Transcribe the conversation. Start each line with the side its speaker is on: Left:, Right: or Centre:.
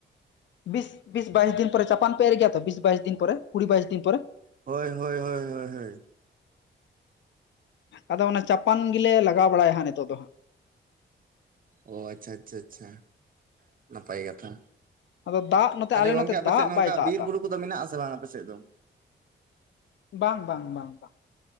Left: ᱵᱤᱥ ᱵᱤᱥ ᱵᱟᱭᱤᱥ ᱫᱤᱱ ᱯᱚᱨᱮ ᱪᱟᱯᱟᱱ ᱯᱮ ᱮᱨ ᱜᱮᱭᱟ ᱛᱚ ᱵᱤᱥ ᱵᱟᱭᱤᱥ ᱫᱤᱱ ᱯᱚᱨᱮ ᱠᱩᱲᱤ ᱵᱟᱭᱤᱥ ᱫᱤᱱ ᱯᱚᱨᱮ?
Right: ᱦᱳᱭ ᱦᱳᱭ ᱦᱳᱭ ᱦᱳᱭ ᱦᱳᱭ᱾
Left: ᱟᱫᱚ ᱚᱱᱟ ᱪᱟᱯᱟᱱ ᱜᱮᱞᱮ ᱞᱟᱜᱟᱣ ᱵᱟᱲᱟᱭᱟ ᱦᱟᱸᱜ ᱱᱤᱛᱚᱜ ᱫᱚ ᱦᱟᱸᱜ᱾
Right: ᱚ ᱟᱪᱪᱷᱟ ᱟᱪᱪᱷᱟ ᱟᱪᱪᱷᱟ ᱱᱟᱯᱟᱭ ᱠᱟᱛᱷᱟ᱾
Left: ᱟᱫᱚ ᱫᱟᱜ ᱱᱚᱛᱮ
Right: ᱛᱟᱦᱞᱮ
Left: ᱟᱞᱮ
Right: ᱜᱚᱝᱠᱮ
Left: ᱱᱚᱛᱮ
Right: ᱟᱯᱮ
Left: ᱫᱟᱜ
Right: ᱥᱮᱫ ᱱᱚᱝᱠᱟ
Left: ᱵᱟᱭ ᱫᱟᱜ
Right: ᱵᱤᱨ
Left: ᱮᱫᱟ
Right: ᱵᱩᱨᱩ ᱠᱚᱫᱚ ᱢᱮᱱᱟᱜ-ᱟ ᱥᱮ ᱵᱟᱝ ᱟᱯᱮ ᱥᱮᱫ ᱫᱚ?
Left: ᱵᱟᱝ ᱵᱟᱝ ᱵᱟᱝ ᱵᱟᱝ᱾